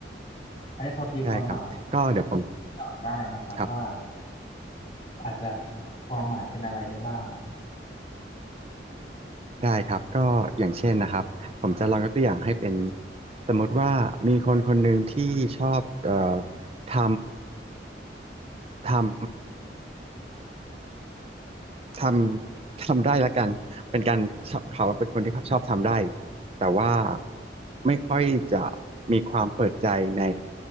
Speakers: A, on the left; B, on the right.
A: อันนี้พอตีความหมาย
B: ได้ครับก็เดี๋ยวผม
A: ให้หน่อยได้นะครับว่า
B: ครับ
A: อาจจะความหมายเป็นอะไรได้บ้าง
B: ได้ครับก็อย่างเช่นนะครับผมจะลองยกตัวอย่างให้เป็นสมมติว่ามีคนคนหนึ่งที่ชอบเอ่อทำทำ ทำ <laughs> ทำได้ละกัน เป็นการชอบเขาเป็นคนที่ชอบทำได้ แต่ว่าไม่ค่อยจะมีความเปิดใจใน